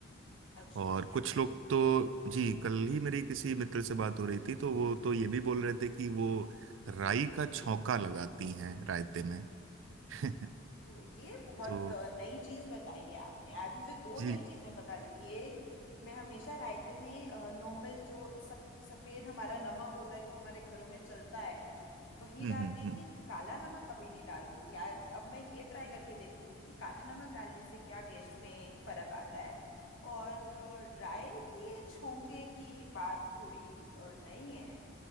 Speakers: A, on the left; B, on the right.
A: अच्छा
B: और
A: ये
B: कुछ लोग तो जी कल ही मेरी किसी मित्र से बात हो रही थी तो वो तो ये भी बोल रहे थे कि वो राई का छौंका लगाती हैं रायते में <laughs>
A: तो ये बहुत
B: तो
A: नई चीज बताई है आपने आज मुझे दो
B: जी
A: नई चीजें पता लगी एक मैं हमेशा रायते में नॉर्मल जो सब सफेद हमारा नमक होता है जो हमारे घरों में चलता है वही
B: हम्म
A: डालती
B: हम्म
A: थी काला नमक कभी नहीं डालती थी आज अब मैं ये ट्राई करके देखूंगी कि काला नमक डालने से क्या टेस्ट में फर्क आता है और अ, राय की छोंके की बात थोड़ी अ, नई है